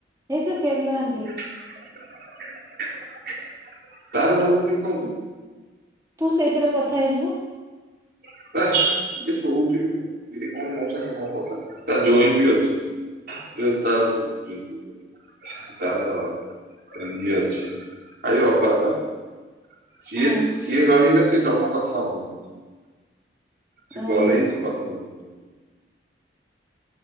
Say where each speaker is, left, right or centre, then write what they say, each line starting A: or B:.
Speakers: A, on the right; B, on the right.
A: ଏଇ ଯଉ କେରଲା ଆଣ୍ଟି
B: <unintelligible>
A: ତୁ ସେଇଥିରେ କଥା ହେଇଯିବୁ।
B: <unintelligible> କଥା ତା ଜ୍ୱାଇଁ ବି ଅଛି। <unintelligible> <unintelligible> ସିଏ
A: ହଁ
B: ସିଏ ରହିଲେ ସେ ଜମା କଥା ହବନି। ସହିତ। ସେ
A: ଓହୋ।
B: ଗଲେ ହିଁ ସେ କଥା ମାନିବ।